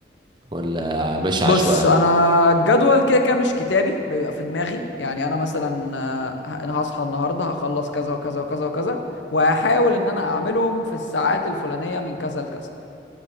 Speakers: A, on the right; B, on the left.
A: ولا ماشي
B: بص
A: عشوائي
B: انا الجدول كده كده مش كتابي بيبقى في دماغي يعني انا مثلا آه، انا هصحى النهارده هخلص كذا وكذا وكذا وكذا وهحاول ان انا اعملهم في الساعات الفلانيه من كذا لكذا